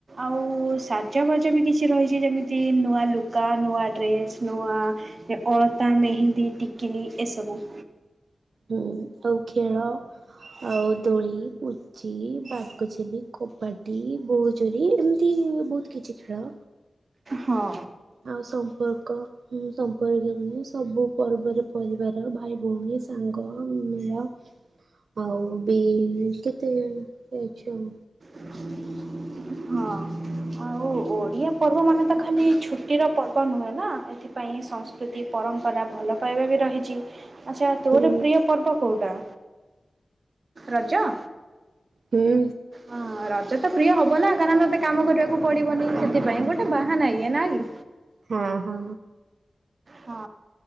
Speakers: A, on the right; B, on the right.
A: ଆଉ ସାଜବାଜ ବି କିଛି ରହିଛି। ଯେମିତି ନୂଆ ଲୁଗା, ନୂଆ ଡ୍ରେସ୍, ନୂଆ ଅଳତା, ମେହେନ୍ଦୀ, ଟିକିଲି ଏସବୁ।
B: ହୁଁ ଆଉ ଖେଳ ଆଉ ଦୋଳି ପୁ କ ଜି ବାଗଚେଲି, କବାଡ଼ି, ବୋହୁଚୁରୀ ଏମିତି ବହୁତ କିଛି ଖେଳ।
A: ହଁ।
B: ଆଉ ସମ୍ପର୍କ ସମ୍ପର୍କୀୟ ସବୁ ପର୍ବରେ ପରିବାର ଭାଇ ଭଉଣୀ। ସାଙ୍ଗ ମର ଆଉ ବି କେତେ ଜଣ ଆଛ ଆଉ।
A: <inaudible> ହଁ ଆଉ ଓଡ଼ିଆ ପର୍ବ ମାନେ ତ ଖାଲି ଛୁଟିର ପର୍ବ ନୁହେଁ ନା ଏଥିପାଇଁ ପାଇଁ ସଂସ୍କୃତି ପରମ୍ପରା ଭଲ ପାଇବା ବି ରହିଛି। ଆଚ୍ଛା ତୋର
B: ହୁଁ
A: ପ୍ରିୟ ପର୍ବ କେଉଁଟା ରଜ?
B: ହୁଁ।
A: ହଁ ରଜ ତ ପ୍ରିୟ ହବ ନା କାରଣ ତତେ କାମ କରିବାକୁ ପଡିବନି ସେଥିପାଇଁ ଗୋଟେ ବାହାନା ଇଏ ନା କି?
B: ହଁ ହଁ।
A: ହଁ।